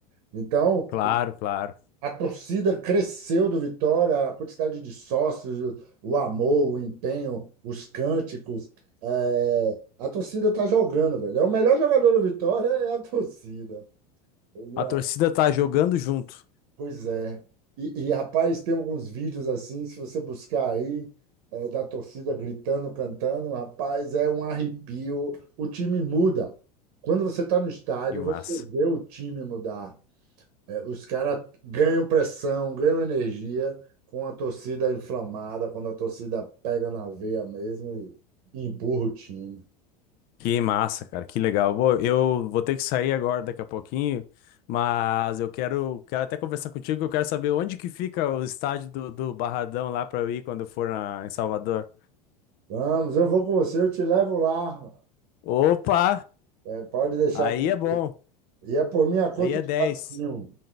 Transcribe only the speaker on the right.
Então,
A torcida cresceu do Vitória, a quantidade de sócios, o amor, o empenho, os cânticos. É, a torcida tá jogando, velho. É o melhor jogador do Vitória é a torcida. E,
é,
pois é. E, e, rapaz, tem alguns vídeos assim, se você buscar aí, é, da torcida gritando, cantando, rapaz, é um arrepio. O time muda. Quando você está no estádio,
você vê o time mudar. É, Os caras ganham pressão, ganham energia com a torcida inflamada, quando a torcida pega na veia mesmo e empurra o time.
Vamos, eu vou com você, eu te levo lá.
É, pode deixar.
com-
E é por minha conta
de
patrocínio.